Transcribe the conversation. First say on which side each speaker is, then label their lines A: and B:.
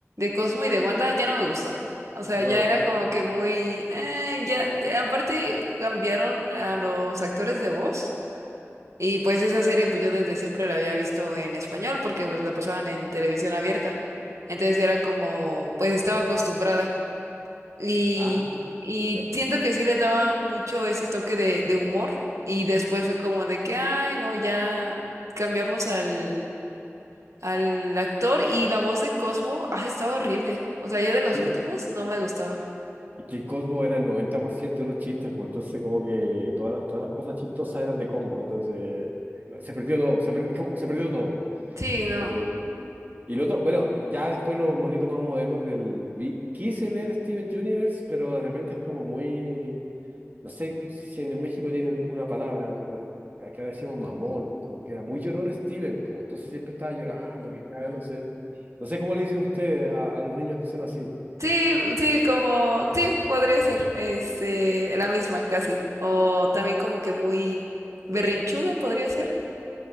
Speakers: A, on the right; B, on the right.
A: Cosmo y de Wanda ya no me gustó. O sea,
B: No,
A: ya era
B: no.
A: como que muy... eh, ya, de- aparte cambiaron a los actores de voz y pues esa serie pues yo desde siempre la había visto en español porque pues la pasaban en televisión abierta. Entonces era como, pues estaba acostumbrada y,
B: ah,
A: y
B: claro.
A: siento que sí les daba mucho ese toque de, de humor y después fue como de que, ay, no, ya cambiamos al al actor y la voz de Cosmo, ah, estaba horrible. O sea, yo de los
B: Sí,
A: últimos no me gustaba.
B: y que Cosmo era el 90% de los chistes, pues entonces como que todas las, todas las cosas chistosas eran de Cosmo, entonces eh, se perdió todo, se, per- como- se perdió todo.
A: Sí, no.
B: Eh, Y el otro, bueno, ya después los monitos más modernos del... vi- Quise ver Steven Universe, pero de repente es como muy... No sé si en México tienen una palabra, cuan- acá le decimos mamón, como que era muy llorón Steven, como entonces siempre estaba llorando, quejándose. No sé cómo le dicen ustedes a, a los niños que son así,
A: Sí, sí, como, sí, podría ser, este, la misma, casi. O también como que muy berrinchudo podría ser,